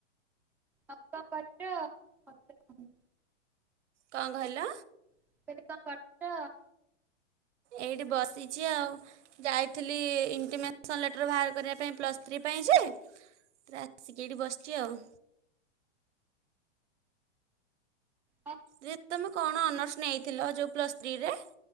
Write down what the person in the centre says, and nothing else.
ଆଉ କଣ କରୁଛ?
ମୁଁ କହିଲି କଣ କରୁଚ?
ହଁ